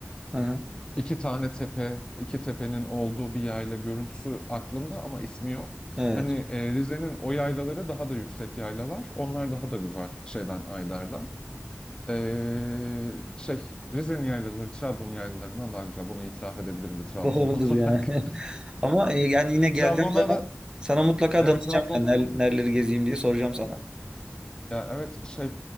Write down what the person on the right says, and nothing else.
Hı hı.
Evet.
Doğrudur
yani.
<laughs> Ama e, yani yine geldiğim
zaman sana mutlaka
danışacağım
yani ner- nereleri gezeyim diye soracağım sana.